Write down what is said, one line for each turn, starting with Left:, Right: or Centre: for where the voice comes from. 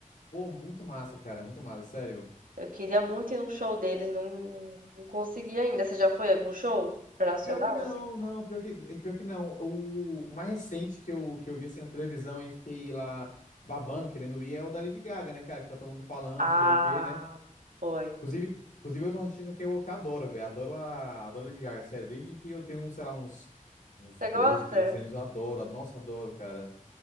Left: Pô, muito massa, cara, muito massa, sério.
Right: Eu queria muito ir num show deles, não, não consegui ainda. Você já foi a algum show internacional,
Left: Pior que não,
Right: assim?
Left: não, pior que, pior que não. O mais recente que eu, que eu vi assim na televisão e fiquei lá babando, querendo ir, é o da Lady Gaga, né, cara? Que tá todo mundo falando,
Right: Ah,
Left: sei lá o quê, né?
Right: foi.
Left: Inclusive, inclusive outro artista que eu que adoro, velho. Adoro a, adoro a Lady Gaga, sério. Desde que eu tenho, sei lá, uns, uns
Right: Você
Left: 12
Right: gosta?
Left: 13 anos, eu adoro. Nossa, adoro, cara.